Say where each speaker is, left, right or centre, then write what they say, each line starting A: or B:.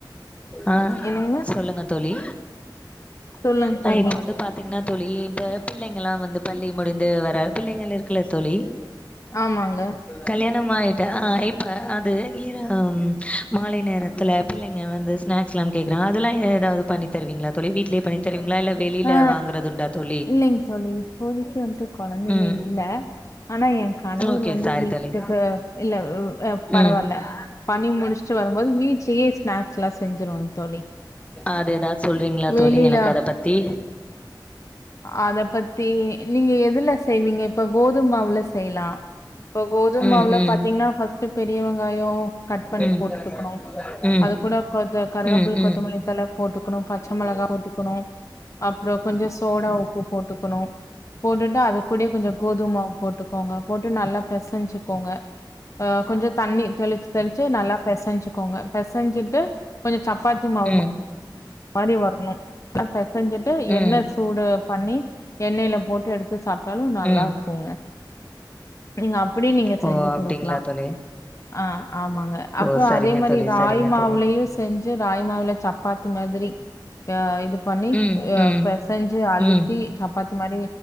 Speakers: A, on the left; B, on the left.
A: ஆ
B: என்னங்க
A: சொல்லுங்க தோழி
B: சொல்லுங்க
A: அ
B: தோழி.
A: இப்ப வந்து பாத்தீங்கன்னா தோழி இப்ப பிள்ளைங்கலா வந்து பள்ளி முடிந்து வர பிள்ளைங்கள் இருக்குல்ல தோழி
B: ஆமாங்க.
A: கல்யாணம் ஆயிட்ட ஆ இப்ப அது இது மால நேரத்தில பிள்ளைங்க வந்து ஸ்நாக் லாம் கேக்குறா அதெல்லா எதாது பண்ணி தருவீங்களா தோழி வீடலய பண்ணி தருவிங்களா இல்ல வெளில
B: ஆ
A: வாங்கறதுண்டா தோழி
B: இல்லைங்க தோழி இப்போதைக்கு வந்துட்டு கொழந்தைங்க
A: ம்
B: இல்ல ஆனா என் கணவரு
A: ஓகே
B: வந்து
A: சாரி
B: வீட்டுக்கு
A: தோழி
B: இல்ல வ் அ பரவால
A: ம்
B: பணி முடிச்சுட்டு வரும்போது வீட்லயே ஸ்நாக்ஸ்லா செஞ்சருவாங்க தோழி
A: அது எதாது சொல்றீங்களா
B: வெளில
A: தோழி எனக்கு அத பத்தி
B: அத பத்தி நீங்க எதுல செய்வீங்க இப்ப கோதும மாவுல செய்லா இபோ கோதுமாவுல
A: ம் ம்
B: பாத்தீங்கன்னா ஃபஸ்ட்டு பெரிய வெங்காயோ கட் பண்ணி
A: ம்
B: போட்டுக்கணு
A: ம் ம்
B: அது
A: ம்
B: கூட கொஞ்ச கருகாப்பில்
A: ம் ம் ம் ம் ம்
B: கொத்தமல்லி தல போட்டுக்கணு பச்சை மெளகா போட்டுக்கணு அப்பற கொஞ்ச சோடா உப்பு போட்டுக்கணு போட்டுட்டு அது கூட கொஞ்ச கோதுமாவ் போட்டுக்கோங்க போட்டு நல்லா பெசஞ்சுக்கோங்க ஆ கொஞ்ச தண்ணி தெளிச் தெளிச்சு நல்லா பெசஞ்சுக்கோங்க பெசஞ்சுட்டு கொஞ்ச சப்பாத்தி மாவு
A: ம் ம்
B: மாரி வரணு அதல்லா பெசஞ்சிட்டு
A: ம்
B: எண்ணெ சூடு பண்ணி எண்ணெயில போட்டு எடுத் து சாப்ட்டாலு நல்லா
A: ம்
B: இருக்கும்ங்க எங்கப் இப்டியு நீங்க
A: ஓ
B: செஞ்சு
A: அப்டிங்களா
B: குடுக்கலா
A: தோழி
B: ஆ ஆமாங்க அப்ற
A: ஓ சரிங்க
B: அதே மாரி
A: தோழி
B: ராகி
A: சரிங்க
B: மாவுலயு
A: தோழி
B: செஞ்சு ராகி மாவுல சப்பாத்தி மாதிரி அ இது பண்ணி
A: ம்
B: அ
A: ம்
B: பெசைஞ்சு அழுத்தி
A: ம்
B: சப்பாத்தி மாரி